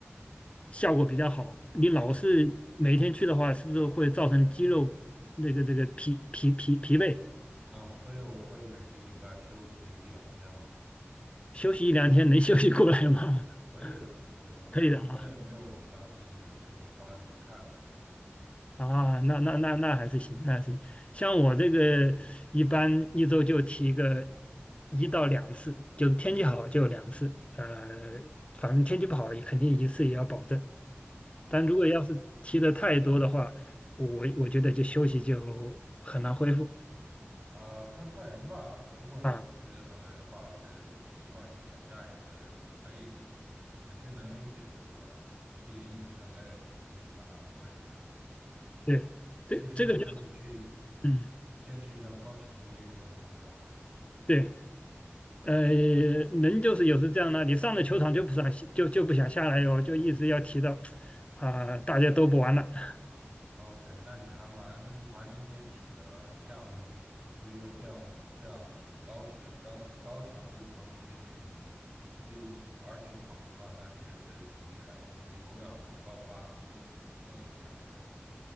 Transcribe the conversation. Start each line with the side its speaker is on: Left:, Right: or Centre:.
Left: 效果比较好。你老是每天去的话，
Right: 啊
Left: 是不是会造成肌肉那个这个疲疲疲疲惫？
Right: 啊，所以我会每个礼拜休息一两天嘛，
Left: 休息一两天能 <laughs> 休息过来吗？
Right: 可以的。就我也没有把自己每次都操练的太狠。
Left: <laughs> 可以的啊啊，那那那那还是行，那还是行。像我这个一般一周就提个一到两次，就是天气好就两次，呃，反正天气不好也肯定一次也要保证。
Right: OK。
Left: 但如果要是提的太多的话，我我觉得就休息就很难恢复
Right: 啊，看个人吧。如果你真的觉得很累的话，
Left: 啊。
Right: 我觉得给自己放一个小假也是可以，也是能理解的，对吧？你毕竟已经很累了，你为什么还要拖着一个
Left: 对，
Right: 疲惫的身体去
Left: 这这个就嗯。
Right: 坚持一段高强度的运动呢？对吧？
Left: 对，呃，人就是有时这样的，你上了球场就不想就就不想下来哟，就一直要提到啊、大家都不玩了。<laughs>
Right: OK，那你还蛮蛮能坚持的，像足球这样子，这样是高时高高强度、长时间的运动，你可以玩整场的话，那确实挺厉害的，你的有氧和爆发都挺都影响。